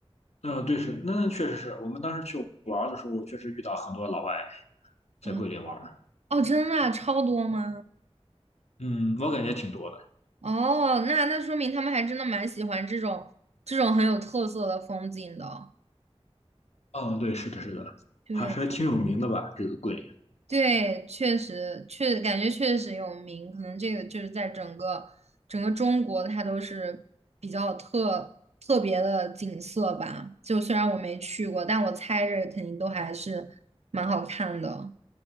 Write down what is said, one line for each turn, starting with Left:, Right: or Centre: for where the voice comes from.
Left: 嗯、对，是，那确实是我们当时去玩儿的时候，确实遇到很多老外在桂林玩儿
Right: 嗯哦，真的啊超多吗？
Left: 嗯，我感觉挺多的。
Right: 哦，那那说明他们还真的蛮喜欢这种这种很有特色的风景的。
Left: 嗯，对，是的，是的，
Right: 对
Left: 还是还挺有名的吧，这个桂林。
Right: 对，确实确感觉确实有名，可能这个就是在整个整个中国，它都是比较特特别的景色吧。就虽然我没去过，但我猜着肯定都还是蛮好看的。